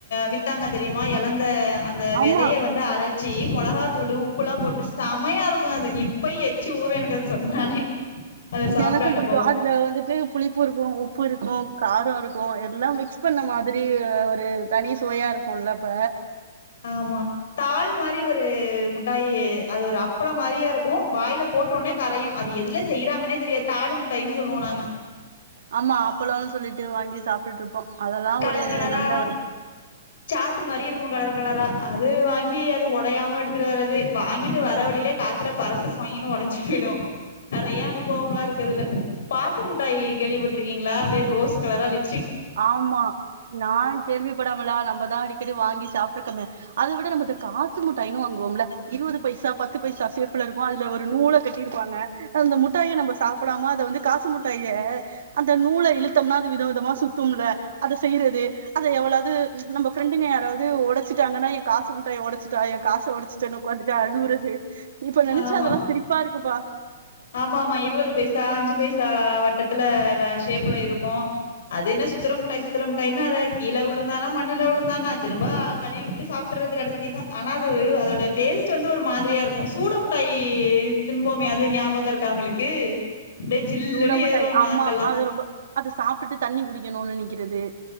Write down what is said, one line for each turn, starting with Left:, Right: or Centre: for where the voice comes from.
Left: வித் வித்தாங்க தெரியுமா எலந்த அந்த
Right: ஆமா
Left: வெதய வந்து அரச் ச்சி மொளகாத்தூள் உப்பு எல்லாம் போட்டு சமையா இருக்கும் அது இப்பயு எச்சு ஊரும் எனக்கு அது சொன்னாலே அத சாப்ட்ட
Right: எனக்கும்
Left: அனுபவோ
Right: பிடிக்கும் அதுல வந்துட்டு புளிப்பு இருக்கும் உப்பு இருக்கும் காரம் இருக்கும் எல்லாம் மிக்ஸ் பண்ண மாதிரி ஒரு தனி சுவையா இருக்கும்லப்ப
Left: ஆமா தாள் மாரி ஒரு முட்டாயி அது ஒரு அப்பள மாதிரியே இருக்கும் வாயில போட்டோனே கரையும் அது எதுல செய்யறாங்கன்னே தெரியாது தாலு முட்டாய்னு சொல்லுவோம் நாங்க
Right: ஆமா அப்பலம்னு சொல்லிட்டு விட்டு வாங்கி சாப்பிட்டுட்டு இருப்போம் அதெல்லாம்
Left: கலர்
Right: ஒரு
Left: கலரா
Right: நல்ல ஒரு
Left: சாட்டு மாரி இருக்கு கலர் கலரா அது வாங்கி அது உடையாம எடுத்துட்டு வர்றது வாங்கிட்டு வர வழியிலே காத்துல பறந்து சொய்ங்னு உடஞ்சு போயிடும் நெறைய அனுபவம்லாம் இருக்குது அதுல பக்கு முட்டாய் கேள்விப்பட் இருக்கீங்களா அப்டியே ரோஸ் கலரா லிப்
Right: ஆமா நான் கேள்வி படாமலா நம்ம அடிக்கடி வாங்கி சாப்பிட்டு இருக்கமே அதை விட நம்ம காசு முட்டைன்னும் வாங்குவோம்ல இருபது பைசா பத்து பைசா சேப்ல இருக்கும் அதுல ஒரு நூல கட்டிருப்பாங்க அந்த முட்டாயை நம்ம சாப் அப்பலாமா அதை வந்து காசு முட்டாய அந்த நூல இழுத்தம்னா அது வித விதமா சுத்த சுத்தும்ல அதை செய்யறது அதை எவ்வளவு நம்ம ஃபிரண்டுங்க யாராவது உடைச்சிட்டாங்கன்னா என் காசு முட்டைய உடைச்சு என் காசை உடைச்சுட்டு உக்காந்துட்டு அழுவுறது து இப்ப நெனச்சா
Left: ஆமா
Right: அதெல்லாம் சிரிப்பா இருக்குப்பா
Left: ஆமா ஆமா இருபது பைசா அஞ்சு பைசா வட்டத்துல ஷேப்ல இருக்கும் அது என்ன சுத்துர முட்டாய் சுத்துர மிட்டாயினு அத கீழ விழுந்தா என்னா மண்ணுல விழுந்தானா திரும்ப கழுவிட்டு சாப்பிட்டுறது கடைசில ஆனா அது அதோட டேஸ்ட் வந்து ஒரு மாதிரியா இருக்கும் சூடமுட்டாய் திம்போமே அது ஞா ஞாபகம் இருக்கா உங்களுக்கு ஜில்லுன்னு
Right: சூடமுட்டாய்
Left: ஏறு நாக்கெல்லா
Right: ஆமா அது ரொம்ப அதை சாப்பிட்டு தண்ணி குடிக்கணும்னு நிக்கிறது